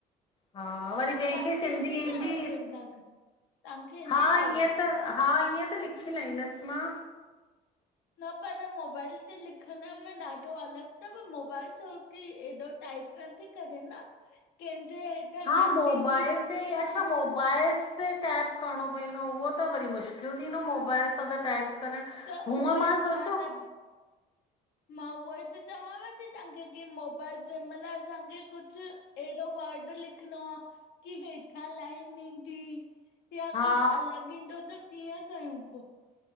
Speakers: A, on the left; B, on the left.
A: हा वरी जंहिंखे
B: तव्हांखे
A: सिंधी
B: अथव
A: ईंदी
B: देवनाग तव्हांखे ईंदी
A: हा
B: अथव?
A: ईअं त हा ईअं त लिखी लाईदसि मां
B: न पर मोबाइल ते लिखण में ॾाढो अलॻ तव मोबाइल छो की एॾो टाइप न थी करेे न कंहिंजे
A: हा
B: डंडी
A: मोबाइल
B: खिचणी
A: ते अच्छा
B: आ
A: मोबाइलस ते टाइप करणो पईंदो उहो त वरी मुश्किल थींदो मोबाइल सां त टाइप करण
B: त
A: हूअं
B: उहो
A: मां
B: ई
A: सोचो
B: त मां उहो ही त चवां वेठी थी तव्हांखे की मोबाइल जंहिं महिल असांखे कुछ एहीॾो वर्ड लिखणो आ की हेठा लाइन ईंदी या
A: हा
B: कुछ अलॻ ईंदो त कीअं कयऊं पो?